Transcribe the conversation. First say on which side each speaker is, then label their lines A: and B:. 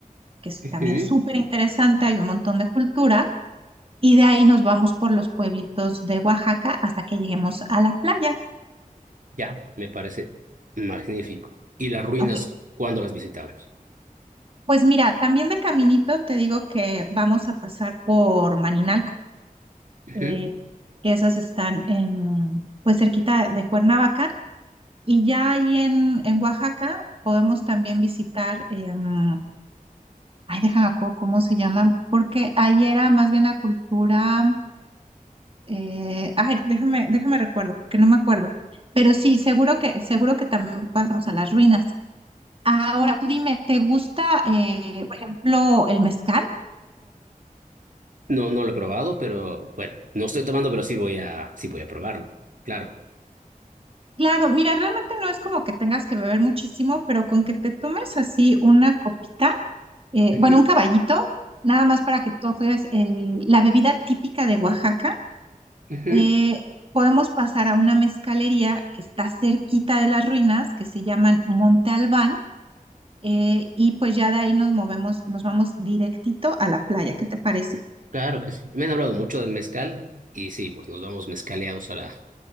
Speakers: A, on the right; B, on the right.
A: que es
B: Ujú.
A: también súper interesante, hay un montón de cultura, y de ahí nos vamos por los pueblitos de Oaxaca hasta que lleguemos a la playa.
B: Ya, me parece magnífico. ¿Y las ruinas,
A: Ok,
B: cuándo las visitamos?
A: pues mira, también de caminito te digo que vamos a pasar por Maninalco,
B: Ujú.
A: eh, que esas están en, pues cerquita de Cuernavaca. Y ya ahí en, en Oaxaca podemos también visitar, em, ay, déjame acuerdo cómo se llaman, porque ahí era más bien la cultura, eh, ay, déjame, déjame recuerdo, porque no me acuerdo. Pero sí, seguro que, seguro que también pasamos a las ruinas. Ahora, tú dime, ¿te gusta, eh, por ejemplo, el mezcal?
B: No, no lo he probado, pero bueno, no estoy tomando, pero sí voy a, sí voy a probarlo. Claro.
A: Claro, mira, realmente no es como que tengas que beber muchísimo, pero con que te tomes así una copita. eh,
B: Ujú,
A: bueno, un caballito, nada más para que tú veas el- la bebida típica de Oaxaca.
B: ujú.
A: Eh, podemos pasar a una mezcalería que está cerquita de las ruinas, que se llaman Monte Albán, eh, y pues ya de ahí nos movemos, nos vamos directito a la playa, ¿qué te parece?
B: Claro que sí. Me han hablado mucho del mezcal y sí, pues nos vamos mezcaleados a la,